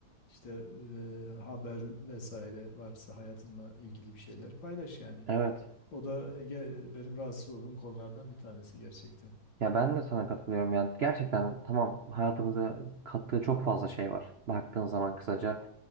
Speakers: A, on the left (about 70°); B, on the right (about 65°).
A: işte e, haber vesaire varsa hayatınla ilgili bir şeyler paylaş yani.
B: Evet.
A: O da e, ge- benim rahatsız olduğum konulardan bir tanesi gerçekten.
B: Ya ben de sana katılıyorum yani gerçekten tamam hayatımıza kattığı çok fazla şey var baktığın zaman kısaca